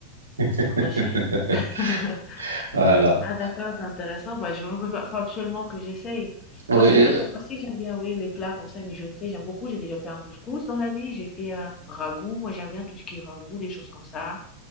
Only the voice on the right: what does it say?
<laughs>
Voilà.
Oui,
euh,